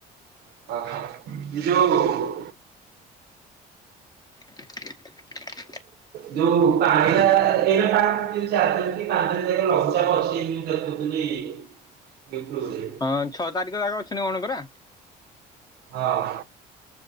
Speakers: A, on the right; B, on the left.
A: ହଁ। <unintelligible> ନିଜକୁ।
B: କଣ
A: ଯଉ ପାଣି ଟା ଏଇନା ପା। ଆଁ ଚାର ଟା କି ପାଞ୍ଚ ଟା ଜାଗା ରେ ଲସା ପଶି ଯାଇଛି ମୁଁ ଦେଖୁଥିଲି ଏଇପଟୁ ବୋଧେ।
B: ହଁ ଛଅ ତାରିଖ ଜାକ ଅଛନ୍ତି କଣ ପରା।
A: ହଁ।